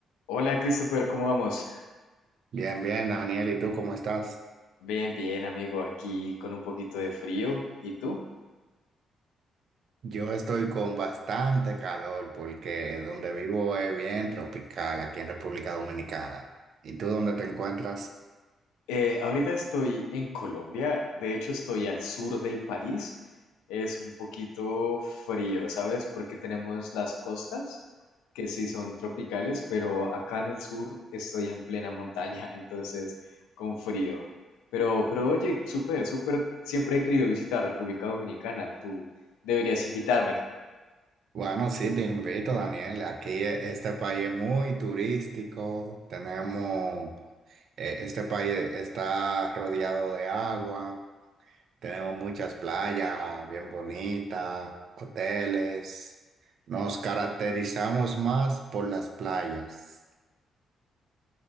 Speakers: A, on the left (about 85°); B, on the right (about 65°).
A: Hola Christopher, ¿cómo vamos?
B: Bien, bien, Daniel, ¿y tú cómo estás?
A: Bien, bien, amigo, aquí con un poquito de frío. ¿Y tú?
B: Yo estoy con bastante calor porque donde vivo es bien tropical, aquí en República Dominicana. ¿Y tú dónde te encuentras?
A: Eh, ahorita estoy en Colombia, de hecho estoy al sur del país. Es un poquito frío, ¿sabes? Porque tenemos las costas, que sí son tropicales, pero acá en el sur estoy en plena montaña, <laughs> entonces con frío. Pero, pero oye, súper, súper, siempre he querido visitar República Dominicana, tú deberías invitarme.
B: Bueno, sí, te invito, Daniel. Aquí eh, este país es muy turístico. Tenemos, eh, este país está rodeado de agua. Tenemos muchas playas bien bonitas, hoteles. Nos caracterizamos más por las playas.